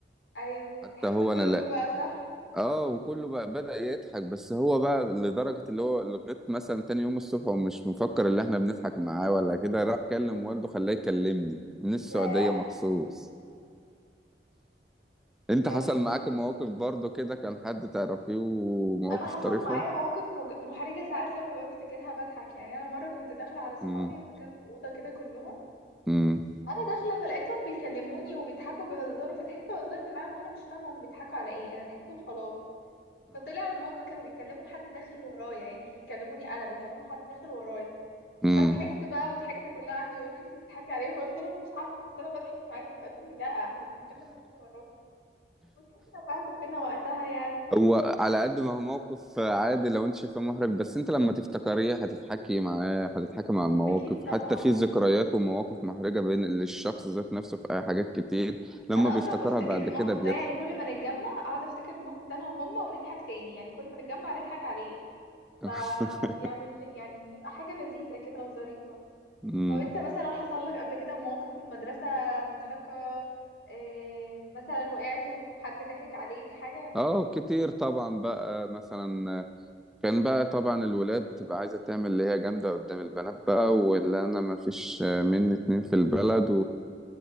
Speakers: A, on the left; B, in the centre.
A: ايوه وضحكتوا
B: حتى هو
A: كلكم
B: انا
A: بقى صح
B: اه وكله بقى بدأ يضحك بس هو بقى لدرجة اللي هو لغاية مثلا تاني يوم الصبح ومش مفكر اللي احنا بنضحك معاه ولا كده راح كلم والده خلاه يكلمني من السعودية
A: ياه
B: مخصوص انت
A: يا
B: حصل
A: دي من
B: معاك مواقف برضو كده كان حد تعرفيه ومواقف
A: انا حصل
B: طريفة
A: معايا مواقف مج- محرجه ساعات لما بفتكرها بضحك يعني انا مره كنت داخله على صحابي
B: امم
A: هما كانوا في اوضه كده كلهم
B: امم
A: انا داخله فلقيتهم بيكلموني وبيضحكوا بيهزروا فضحكت وهزرت معاهم وانا مش فاهمه هم بيضحكوا على ايه انا ضحكت وخلاص فطلع ان هما كانوا بيكلموا حد داخل ورايا يعني مش بيكلموني انا بيكلموا حد داخل ورايا
B: اه
A: فضحكت بقى وضحكنا كلها قعدوا يقولوا لي انت بتضحكي عليا فقلت لهم مش عارفه بس انا بضحك معاكم فقالوا لي لا احنا بنتكلم حد وراكي وضحكنا بقى كلنا وقتها يعني
B: هو على قد ما هو موقف عادي لو انت شايفاه محرج بس انت لما تفتكريه هتتحكي معاه هتتحكي مع المواقف
A: اكيد
B: حتى
A: طبعا
B: في ذكريات
A: اكيد
B: ومواقف محرجة بين للشخص ذات نفسه في حاجات كتير لما
A: انا
B: بيفتكرها
A: اصلا بفتكر
B: بعد
A: الموقف
B: كده بيضحك
A: ده يعني كل ما نتجمع اقعد افتكر الموقف ده انا وهما ونضحك تاني يعني كل ما نتجمع نضحك عليه
B: <laughs>
A: فبيعمل يعني بيبقى حاجه لذيذه كده وظريفه
B: امم
A: طب انت مثلا حصل لك قبل كده مواقف في المدرسة مضحكة إيه مثلا وقعت وحد ضحك عليك حاجة من الحاجات
B: اه
A: دي
B: كتير طبعا بقى مثلا كان بقى طبعا الولاد بتبقى عايزة تعمل اللي هي جامدة قدام البنات بقى واللي انا ما فيش مني اتنين في البلد